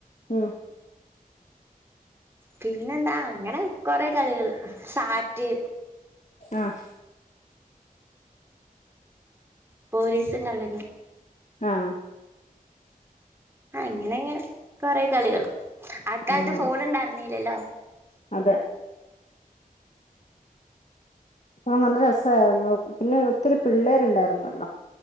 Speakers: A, on the left (about 50°); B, on the right (about 15°).
A: ഉം
B: പിന്നെന്താ അങ്ങനെ കൊറെ കളികള് സാറ്റ്
A: ആഹ്
B: പോലീസും കള്ളനും
A: ആഹ്
B: അങ്ങനെങ്ങനെ കൊറെ കളികള് ആക്കാൽത്ത്
A: ആഹ്
B: ഫോണ് ഇണ്ടായിര്ന്നീലല്ലോ
A: അതെ ആഹ് നല്ല രസായിര്ന്നു പിന്നെ ഒത്തിരി പിള്ളേര്ണ്ടായിര്ന്നല്ലോ